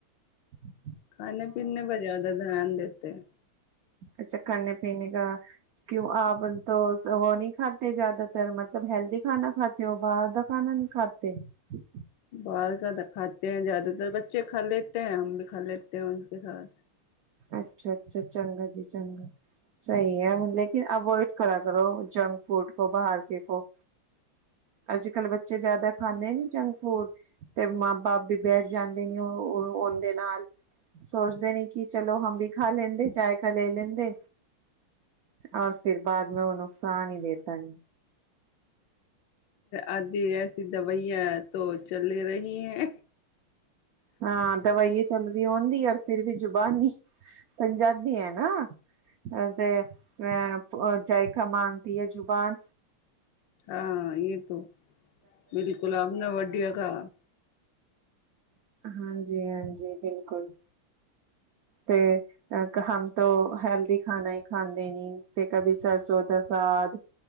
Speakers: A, on the right; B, on the left.
A: ਹਮ
B: ਖਾਣੇ- ਪੀੇਨੇ ਪੇ ਜ਼ਿਆਦਾ ਦਿਆਨ ਦੇਤੇ ਏ
A: ਅੱਛਾ ਖਾਨੇ-ਪੀਣੇ ਕਾ, ਕਿਉਂ ਆਪ ਤੋਸ ਉਹ ਨਹੀਂ ਖਾਤੇ ਜ਼ਿਆਦਾਤਰ ਮਤਲਬ ਹੈਲਦੀ ਖਾਨਾ ਖਾਤੇ ਹੋ, ਬਾਹਰ ਦਾ ਖਾਨਾ ਨਹੀਂ ਖਾਤੇ। <unintelligible>
B: ਬਾਹਰ ਕਾ ਤਾਂ ਖਾਤੇ ਐ ਜ਼ਿਆਦਾਤਰ, ਬੱਚੇ ਖਾ ਲੇਤੇ ਐ ਹਮ ਵੀ ਖਾ ਲੇਤੇ ਉਠਕੇ ਸਾਥ।
A: ਅੱਛਾ, ਅੱਛਾ, ਚੰਗਾ ਜੀ ਚੰਗਾ। ਸਹੀ ਐ ਲੇਕਿਨ ਅਵੋਇਡ ਕਰਾ ਕਰੋ ਜੰਕ-ਫੂਡ ਬੋਬਾਰ ਕੇ ਕੋ ਅੱਜਕੱਲ ਬੱਚੇ ਜਿਆਦਾ ਖਾਂਦੇ ਨੀ ਜੰਕ- ਫੂਡ ਤੇ ਮਾਂ ਬਾਪ ਵੀ ਬੈਠ ਜਾਂਦੇ ਨੇ ਉਹ ਉਣ ਦੇ ਨਾਲ ਸੋਚਦੇ ਨੇ ਕਿ ਚਲੋ ਹਮ ਬੀ ਖਾ ਲੈਂਦੇ ਚਇ ਖ ਲੈ ਲੈਂਦੇ, ਔਰ ਫਿਰ ਬਾਅਦ ਮੈਂ ਉਹਨ ਸਾਹ ਨੀ ਦੇਤਾ ਨੇ
B: ਆਧੀ ਐਸੀ ਦਵਾਈਆਂ ਤੋਂ ਚੱਲ ਰਹੀ ਹੈ।
A: ਹਾਂ ਦਵਾਈਏ ਚੱਲਦੀ ਉਂਦੀ ਐ ਔਰ ਫਿਰ ਵੀ ਜੁਬਾਨ ਨੀ ਪੰਜਾਬੀ ਐ ਨਾ ਅ ਤੇ ਅਹ ਜਾਇਕਾ ਮਾਗਦੀ ਏ ਜ਼ੁਬਾਨ
B: ਆ ਜੇਹ ਤੋ ਬਿਲਕੁਲ ਆਪ ਨੇ ਵੱਡੀਆਂ ਕਹਾ।
A: ਹਾਂਜੀ, ਹਾਂਜੀ ਬਿਲਕੁਲ ਤੇ ਅ ਕ ਹਮ ਤੋ ਹੈਲਦੀ ਖਾਣਾ ਈ ਖਾਂਦੇ ਨੀ ਤੇ ਕਭੀ ਸਰਸੋਂ ਦਾ ਸਾਦ